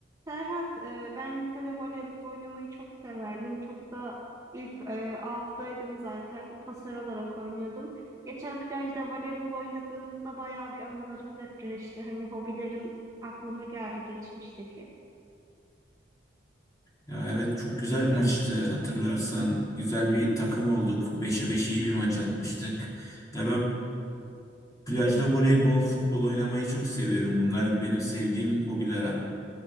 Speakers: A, on the right; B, on the left.
A: Serhat, e, ben lisede voleybol oynamayı çok severdim. Çok da ilk e, 6'daydım zaten. Pasör olarak oynuyordum. Geçen plajda voleybol oynadığımızda bayağı bir anılarım depreşti. Hani hobilerim aklıma geldi geçmişteki.
B: Ya evet çok güzel bir maçtı hatırlarsan. Güzel bir takım olduk. beşe 5 iyi bir maç atmıştık. Ya ben plajda voleybol, futbol oynamayı çok seviyorum. Bunlar benim sevdiğim hobilerden